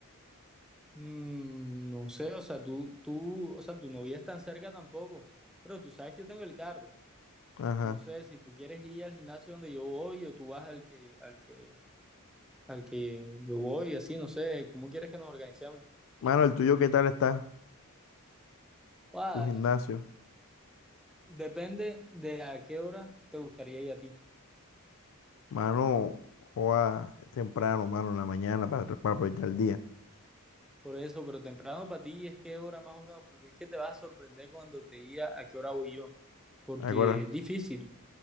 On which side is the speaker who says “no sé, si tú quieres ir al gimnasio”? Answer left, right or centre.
Centre